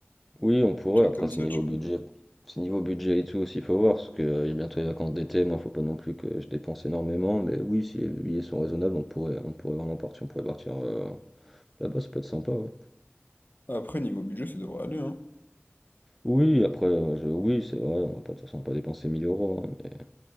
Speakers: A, in the centre; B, on the left (about 45°).
A: oui, on pourrait,
B: trucs
A: après,
B: comme
A: c'est
B: ça,
A: niveau
B: tu
A: budget.
B: vois.
A: C'est niveau budget et tout aussi, faut voir, parce que euh, il y a bientôt les vacances d'été, moi, faut pas non plus que je dépense énormément. Mais oui, si les billets sont raisonnables, on pourrait, on pourrait vraiment partir, on pourrait partir euh, là-bas, ça peut être sympa, ouais.
B: Après, niveau budget, ça devrait aller, hein.
A: Oui, après, euh, je- oui, c'est vrai, on va pas, de toute façon, on va pas dépenser 1000 euros, hein, mais,